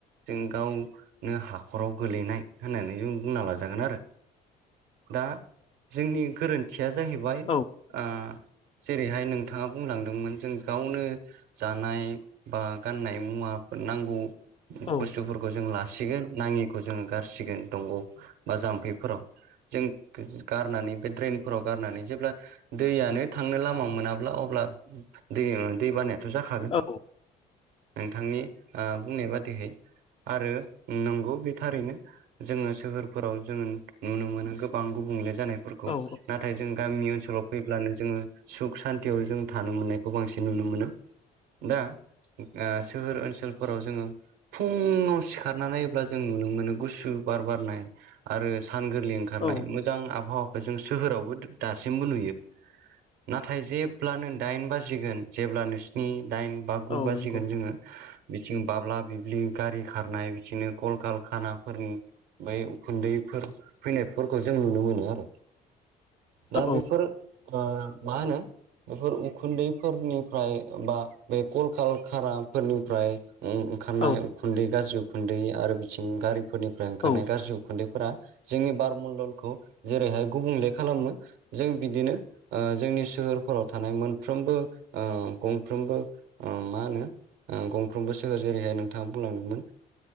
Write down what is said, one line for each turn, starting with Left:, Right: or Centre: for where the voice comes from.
Right: जों गावनो हाखराव गोलैनाय होननानै जों बुंना लाजागोन आरो दा जोंनि गोरोन -थिया जाहैबाय
Left: औ
Right: ओ जेरैहाय नोंथाङा बुंलांदोंमोन जों गावनो जानाय बा गाननाय मुवाफोर नांगौ।
Left: औ
Right: बुस्थुफोरखौ जों लासिगोन नाङिखौ जोङो गारसिगोन दंग'आव बा जाम्फैफोराव। जों गारनानै बे ड्रेनफोराव गारनानै जेब्ला दैयानो थांनो लामा मोनाब्ला अब्ला दैया दै बानाया थ' जाखागोन
Left: औ
Right: नोंथांनि ओ बुंनाय बादिहै। आरो नंगौ बे थारैनो जोङो सोहोर -फोराव जोङो नुनो मोनो गोबां गुबुंले जानायफोरखौ
Left: औ
Right: नाथ -थाय जों गामि ओनसोलाव फैब्लानो जोङो सुख सान्थियाव जों थानो मोननायखौ बांसिन नुनो मोनो। दा ओ सोहोर ओनसोलफोराव जोङो फुङाव सिखारनानै नायोब्ला जों नुनो मोनो गुसु बार बारनाय। आरो सान गोरलै ओंखारनाय
Left: औ
Right: मोजां आबहावाखौ जों सोहोरावबो दासिमबो नुयो। नाथाय जेब्लानो दाइन बाजिगोन जेब्लानो स्नि, दाइन बा गु
Left: औ
Right: बाजिगोन
Left: नंगौ
Right: जोङो बिथिं बाब्ला बिब्लि गारि खारनाय बिदिनो कल कारखानाफोरनि बै उखुन्दैफोर फैनायफोरखौ जों नुनो मोनो आरो। दा
Left: औ औ
Right: बेफोर ओ मा होनो बेफोर उखुन्दैफोरनिफ्राय बा बे कलकार खाराफोरनिफ्राय उम ओंखारनाय
Left: औ
Right: उखुन्दै गाज्रि उखुन्दै आरो बिथिंगारिफोरनिफ्राय ओंखारनाय
Left: औ
Right: गाज्रि खुन्दैफोरा जोंनि बारमण्डलखौ जेरैहाय गुबुंले खालामो। जों बिदिनो ओ जोंनि सोहोरफोराव थानाय मोनफ्रोमबो ओ गंफ्रोमबो ओ मा होनो ओ गंफ्रोमबो सोहोर जेरैहाय नोंथाङा बुंलांदोंमोन